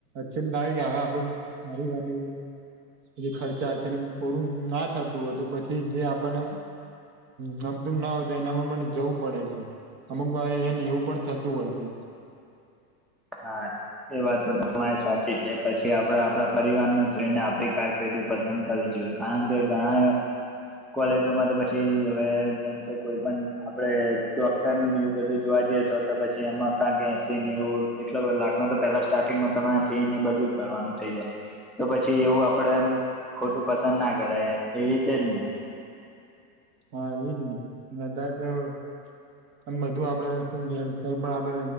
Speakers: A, on the right; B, in the centre.
A: પ્છી નઈ લાગે કે હવે આપડ મારી વાની જે ખર્ચા છે એ બધ પૂરું ના થતું હોય તો પછી જે આપણને ગમતું ના હો તો એનામાં પણ જવું પડે છે અમુક વાર એને એવું પણ થતું હોય છે
B: હા એ વાત તો તમારી સાચી જ છે પછી આપડે આપડા પરિવારને જોઈને આપણી કારકિર્દી પસંદ કરવી જોઈએ કારણ કે ઘણા એ કોલેજોમાં તો પછી હવે જેમ કે કોઈ પણ આપડે ડોક્ટર નું વું બધું જોવા જઈએ તો તો પછી એમાં કાગ એસી નેઉ એટલો બ લાખનો તો પેલા સ્ટાર્ટિંગમાં તમને ફી ને બધું જ ભરવાનું થઈ જાય તો પછી એવું આપડે ખોટું પસંદ ના કરાય એવી રીતે જ ને
A: હા એજ ને <unintelligible> આમ બધું આપડે કોઈ પણ આપડે